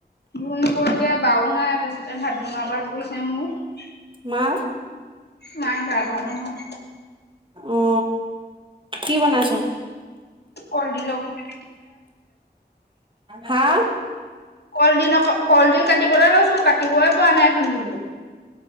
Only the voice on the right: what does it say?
মা,
অ কি বনাইছ।
হা,